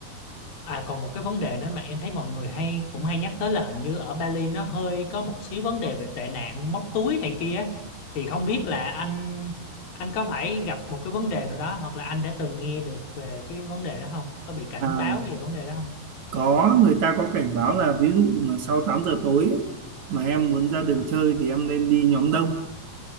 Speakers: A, on the left (about 70°); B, on the right (about 55°).
A: à còn một cái vấn đề nữa mà em thấy mọi người hay cũng hay nhắc tới là hình như ở Bali nó hơi có một xíu vấn đề về tệ nạn móc túi này kia á. thì không biết là anh anh có phải gặp một cái vấn đề nào đó hoặc là anh đã từng nghe được về cái vấn đề đó không? Có bị cảnh
B: à,
A: báo về vấn đề đó không?
B: có người ta có cảnh báo là ví dụ mà sau 8 giờ tối ấy, mà em muốn ra đường chơi thì em nên đi nhóm đông